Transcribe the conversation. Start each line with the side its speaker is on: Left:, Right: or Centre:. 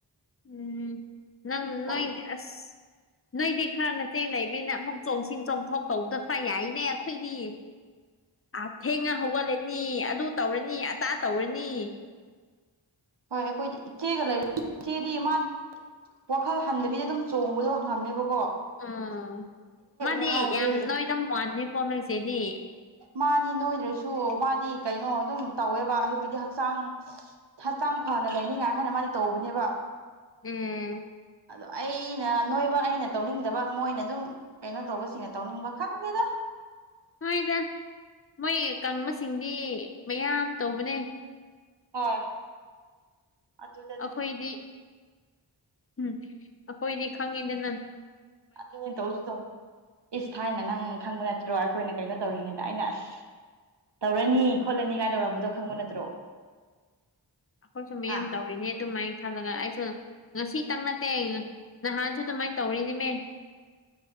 Left: ꯎꯝ ꯅꯪ ꯅꯣꯏ
Right: ꯍꯣꯏ
Left: ꯑ ꯅꯣꯏꯗ ꯈꯔ ꯅꯆꯦ ꯂꯩꯕꯅ ꯑꯃꯨꯛ ꯆꯣꯡꯁꯤꯟ ꯆꯣꯡꯊꯣꯛ ꯇꯧꯕꯗ ꯈꯔ ꯌꯥꯏꯅꯦ ꯑꯩꯈꯣꯏꯗꯤ ꯑ ꯊꯦꯡꯅ ꯍꯧꯒꯠꯂꯅꯤ ꯑꯗꯨ ꯇꯧꯔꯅꯤ ꯑꯇꯥ ꯇꯧꯔꯅꯤ
Right: ꯍꯣꯏ ꯑꯩꯈꯣꯏꯗꯤ ꯏꯆꯦꯒ ꯂꯩꯔ ꯏꯆꯦꯗꯤ ꯃꯥ ꯋꯥꯈꯜ ꯍꯟꯗꯕꯤꯗ ꯑꯗꯨꯝ ꯆꯣꯡꯕꯗꯣ ꯍꯪꯉꯝꯃꯦꯕꯀꯣ
Left: ꯎꯝ ꯃꯥꯗꯤ
Right: ꯋꯥꯔꯗꯤ
Left: ꯌꯥꯝ ꯅꯣꯏꯗꯝ ꯋꯥꯅꯤꯦꯀꯣ ꯅꯣꯏꯁꯦꯗꯤ
Right: ꯃꯥꯗꯤ ꯅꯣꯏꯗ꯭ꯔꯁꯨ ꯃꯥꯗꯤ ꯀꯩꯅꯣ ꯑꯗꯨꯝ ꯇꯧꯋꯦꯕ ꯍꯥꯏꯕꯗꯤ ꯍꯛꯆꯥꯡ ꯍꯛꯆꯥꯡ ꯐ ꯍꯥꯟꯅ ꯂꯩꯅꯤꯡꯉꯥꯏ ꯍꯥꯏꯅ ꯃꯥꯗꯤ ꯇꯧꯕꯅꯦꯕ
Left: ꯎꯝ
Right: ꯑꯗꯣ ꯑꯩꯅ ꯅꯣꯏꯕ ꯑꯩꯅ ꯇꯧꯅꯤꯡꯗꯕ ꯃꯣꯏꯅ ꯑꯗꯨꯝ ꯀꯩꯅꯣ ꯇꯧꯕꯁꯤꯡꯅ ꯇꯧꯅꯤꯡꯕ ꯈꯪꯗꯦꯗ <unintelligible>
Left: ꯍꯣꯏꯗ ꯃꯣꯏ ꯀꯥꯡꯪꯕꯁꯤꯡꯗꯤ ꯃꯌꯥꯝ ꯇꯧꯕꯅꯦ
Right: ꯍꯣꯏ ꯑꯗꯨ ꯑꯗꯨꯗꯅꯦ
Left: ꯑꯩꯈꯣꯏꯗꯤ ꯎꯝ ꯑꯩꯈꯣꯏꯗꯤ ꯈꯪꯉꯤꯗ ꯅꯪ
Right: ꯑꯗꯨꯅꯦ ꯇꯧꯁꯨ ꯇꯧꯅꯤ ꯏꯁ ꯊꯥꯏꯅ ꯅꯪ ꯈꯪꯕ ꯅꯠꯇ ꯑꯣ ꯑꯩꯈꯣꯏꯅ ꯀꯩꯅꯣ ꯇꯧꯔꯤꯉꯩꯗ ꯑꯩꯅ ꯑꯁ ꯇꯧꯔꯅꯤ ꯈꯣꯠꯂꯅꯤ ꯀꯥꯏꯅ ꯇꯧꯔꯝꯕꯗꯣ ꯈꯪꯕ ꯅꯠꯇ꯭ꯔꯣ
Left: ꯑꯩꯈꯣꯏꯁꯨ ꯃꯌꯥꯝ
Right: ꯍꯥ
Left: ꯇꯧꯔꯤꯅꯦ ꯑꯗꯨꯃꯥꯏꯅ ꯈꯜꯂꯒ ꯑꯩꯁꯨ ꯉꯁꯤꯇꯪ ꯅꯠꯇꯦ ꯅꯍꯥꯟꯁꯨ ꯑꯗꯨꯃꯥꯏꯅ ꯇꯧꯔꯤꯅꯤꯃꯦ